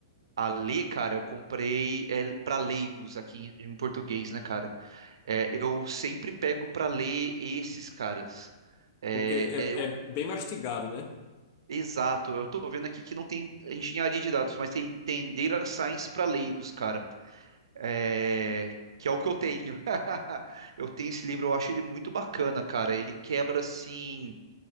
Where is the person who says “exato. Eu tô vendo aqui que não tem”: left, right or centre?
Right